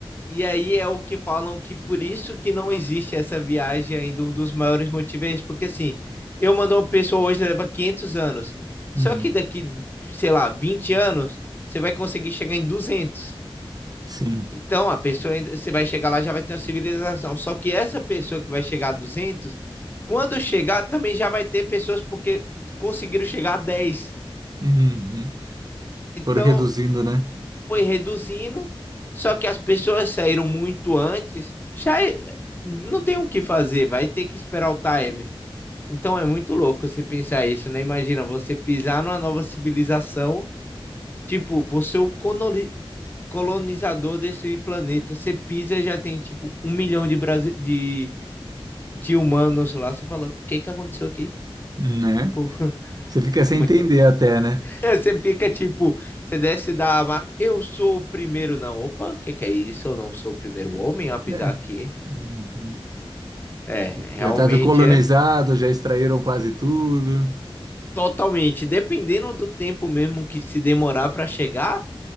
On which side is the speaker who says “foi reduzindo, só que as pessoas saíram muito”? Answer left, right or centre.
Left